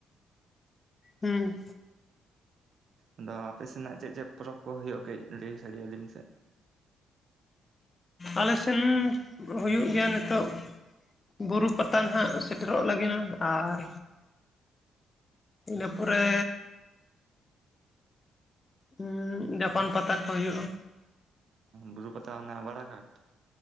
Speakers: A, on the left (about 30°); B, on the right (about 60°).
A: ᱦᱩᱸ
B: ᱟᱫᱚ ᱟᱯᱮ ᱥᱮᱱᱟᱜ ᱪᱮᱫ ᱪᱮᱫ ᱯᱚᱨᱚᱵᱽ ᱠᱚ ᱦᱩᱭᱩᱜᱼᱟ ᱠᱟᱹᱡ ᱞᱟᱹᱭ ᱥᱟᱲᱮᱭᱟᱹᱞᱤᱧ ᱢᱮᱥᱮᱫ?
A: ᱟᱞᱮ ᱥᱮᱱ ᱦᱩᱭᱩᱜ ᱜᱮᱭᱟ ᱱᱤᱛᱚᱜᱼᱼ ᱵᱩᱨᱩ ᱯᱟᱛᱟ ᱱᱟᱦᱟᱜ ᱥᱮᱴᱮᱨᱚᱜ ᱞᱟᱹᱜᱤ ᱱᱟ ᱟᱨ ᱤᱱᱟᱹ ᱯᱚᱨᱮᱻ ᱩᱸ ᱡᱟᱯᱟᱱ ᱯᱟᱛᱟ ᱠᱚ ᱦᱳᱭᱳᱜᱼᱟ᱾
B: ᱵᱩᱨᱩ ᱯᱟᱛᱟ ᱚᱱᱟ ᱵᱟᱲᱟᱜᱷᱟᱴ?